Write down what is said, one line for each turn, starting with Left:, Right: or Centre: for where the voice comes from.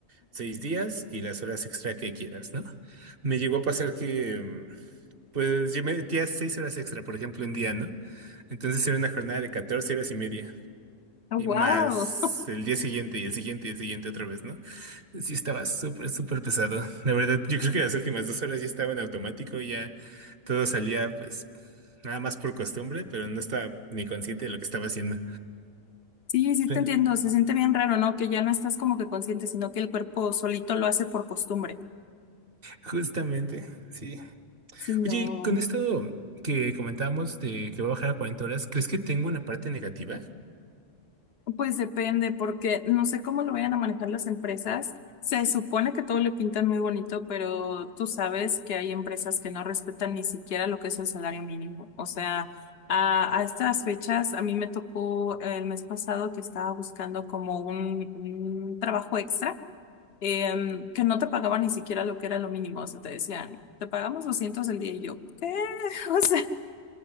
Right: seis días y las horas extra que quieras, ¿no? Me llegó a pasar que, mm, pues yo me metía seis horas extra, por ejemplo, un día, ¿no? Entonces era una jornada de 14 horas y media.
Left: Wow.
Right: Y más el día siguiente y el siguiente y el siguiente otra vez, ¿no? Sí estaba súper, súper pesado. La verdad, yo creo que las últimas dos horas ya estaba en automático, ya todo salía pues nada más por costumbre, pero no estaba ni consciente de lo que estaba haciendo.
Left: Sí, sí
Right: Espera,
Left: te entiendo. Se siente bien raro, ¿no? Que ya no estás como que consciente, sino que el cuerpo solito lo hace por costumbre.
Right: justamente, sí.
Left: Sí, no.
Right: Oye, y con esto que comentábamos de que va a bajar a 40 horas, ¿crees que tengo una parte negativa?
Left: Pues depende, porque no sé cómo lo vayan a manejar las empresas. Se supone que todo le pintan muy bonito, pero tú sabes que hay empresas que no respetan ni siquiera lo que es el salario mínimo. O sea, a, a estas fechas, a mí me tocó el mes pasado que estaba buscando como un, un trabajo extra, em, que no te pagaban ni siquiera lo que era lo mínimo. O sea, te decían, te pagamos 200 el día y yo, ¿qué? <laughs> O sea,